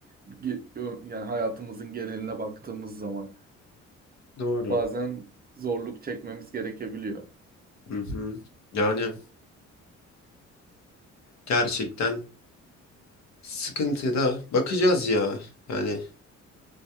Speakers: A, on the right; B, on the left.
A: Ge- ö- Yani hayatımızın geneline baktığımız zaman
B: Doğru.
A: bazen zorluk çekmemiz gerekebiliyor.
B: Hı hı. Yani gerçekten sıkıntıda bakacağız ya. Yani